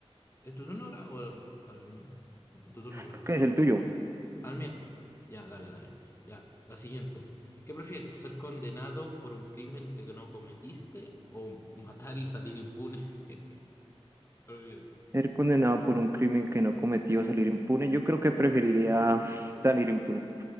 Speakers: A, on the left (about 25°); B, on the right (about 25°).
A: ¿Es tu turno ahora o, o el mío? No, Tu turno, creo.
B: Creo que es el tuyo.
A: ¿Al mío? Ya, dale, dale. Ya, la siguiente. ¿Qué prefieres, ser condenado por un crimen que no cometiste o matar y salir impune? <laughs> ¿Qué prefieres?
B: Ser condenado por un crimen que no cometió, salir impune. Yo creo que preferiría <laughs> salir impune,